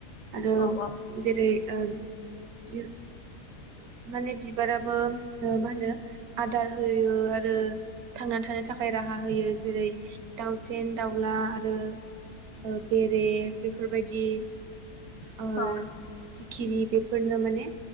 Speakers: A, on the right; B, on the left.
A: आरो
B: औ औ
A: जेरै ओ <unintelligible> माने बिबाराबो ओ मा होनो आदार होयो आ रो थांना थानो थाखाय राहा होयो जेरै दाउसेन दाउला आरो ओ बेरे बेफोरबायदि ओ
B: औ
A: खिरि बेफोरनो माने